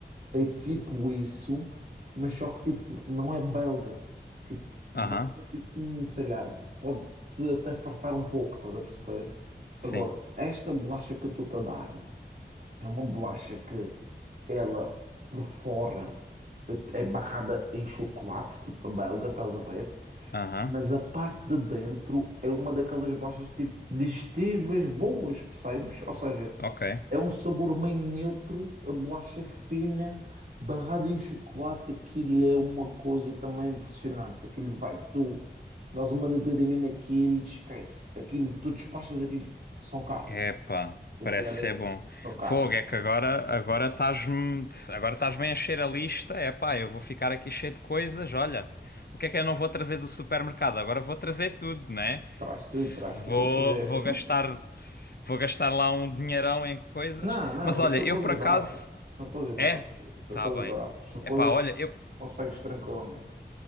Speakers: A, on the right; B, on the left.
A: é tipo isso, mas só que tipo, não é belga. Tipo, belga,
B: Aham,
A: tipo, hum, sei lá, pode-te até fartar um pouco, estás a perceber?
B: sim.
A: Agora, esta bolacha que eu estou-te a dar. É uma bolacha que ela por fora é barrada em chocolate, tipo a belga, estás a ver?
B: Aham,
A: Mas a parte de dentro é uma daquelas bolachas tipo digestivas boas, percebes? Ou seja,
B: ok.
A: é um sabor meio neutro, a bolacha é fina, barrada em chocolate, aquilo é uma coisa também impressionante. Aquilo vai, tu dás uma dentadinha naquilo, esquece. Aquilo, tu despachas aquilo, são caras.
B: Epá,
A: O
B: parece
A: pior
B: ser
A: é isso,
B: bom.
A: são caras.
B: Fogo, é que agora agora estás-me agora estás-me a encher a lista. Epá, eu vou ficar aqui cheio de coisas. Olha, o que é que eu não vou trazer do supermercado? Agora vou trazer tudo, né?
A: Traz tudo,
B: Se-
A: traz
B: Vou
A: tudo o que quiseres.
B: vou gastar vou gastar lá um dinheirão em coisas.
A: <laughs> Não, não,
B: Mas olha,
A: isto são coisas
B: eu por
A: baratas.
B: acaso
A: São coisas baratas.
B: é,
A: São
B: tá
A: coisas
B: bem.
A: baratas. São
B: Epá,
A: coisas
B: olha,
A: que
B: eu
A: consegues tranquilamente.